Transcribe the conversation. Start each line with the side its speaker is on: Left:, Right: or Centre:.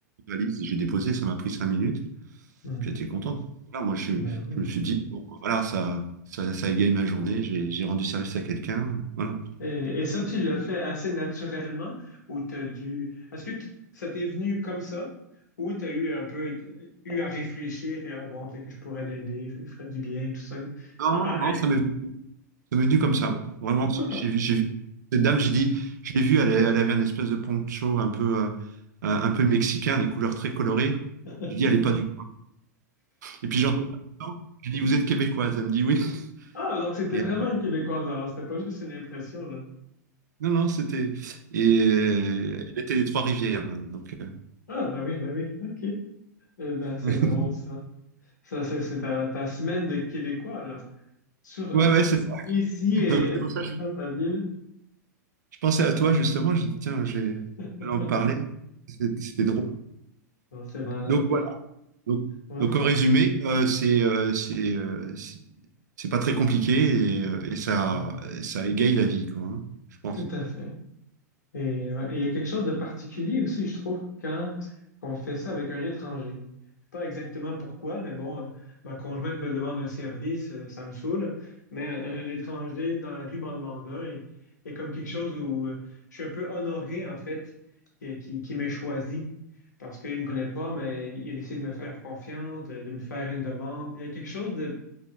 Right: la valise, j'ai déposé, ça m'a pris cinq minutes,
Left: Hmm.
Right: puis j'étais contente. Voilà, moi, je,
Left: Ben oui.
Right: je me suis dit, bon, voilà, ça, ça, ça égaye ma journée, j'ai j'ai rendu service à quelqu'un, voilà.
Left: Et, et ça,
Right: Et-
Left: tu l'as fait assez naturellement ou t'as dû... Est-ce que tu- ça t'est venu comme ça ou t'as eu un peu eu à réfléchir et ah bon, peut-être que je pourrais l'aider, ça lui ferait du bien, tout ça.
Right: non,
Left: Ah,
Right: non,
Left: ah,
Right: ça m'est venu, ça m'est venu comme
Left: ah,
Right: ça, vraiment,
Left: OK.
Right: j'ai j'ai vu cette dame, j'ai dit, je l'ai vue, elle, elle avait un espèce de poncho un peu, euh, un peu mexicain, des couleurs très colorées,
Left: <laughs>
Right: j'ai dit, elle est pas du Et puis j'entends ça. Je dis, vous êtes québécoise? Elle me dit oui.
Left: Ah, donc c'était
Right: Et
Left: vraiment une Québécoise alors, c'était pas juste une impression, là.
Right: non, non, c'était. Et euh, elle était des Trois-Rivières. hein, donc, euh,
Left: Ah, ben oui, ben oui, OK. Eh ben, c'est
Right: <laughs>
Left: drôle, ça. Ça, c'est c'est ta, ta semaine de Québécois, là. Sur, euh,
Right: Ouais, ouais, c'est ça.
Left: ici et
Right: Non,
Left: euh,
Right: c'est pour
Left: dans
Right: ça que je
Left: ta ville.
Right: je pensais à toi, justement. Je dis, tiens, j'ai-
Left: <laughs>
Right: je vais en parler. C'était c'était drôle.
Left: Non, c'est marrant.
Right: Donc, voilà. Donc,
Left: Ouais,
Right: donc, en résumé, euh, c'est euh, c'est euh, c'est c'est pas très compliqué et, euh, et ça,
Left: ouais,
Right: ça égaye la vie, quoi, hein, je pense.
Left: tout à fait. Et ouais, et il y a quelque chose de particulier aussi, je trouve, quand on fait ça avec un étranger. Je sais pas exactement pourquoi, mais bon, euh, ma conjointe me demande un service, euh, ça me saoule, mais un, un étranger dans la rue m'en demande un et, et comme quelque chose où euh, je suis un peu honoré, en fait, qui, qui, qui m'ait choisi parce qu'il me connaît pas, mais il a décidé de me faire confiance, de, de me faire une demande. Il y a quelque chose de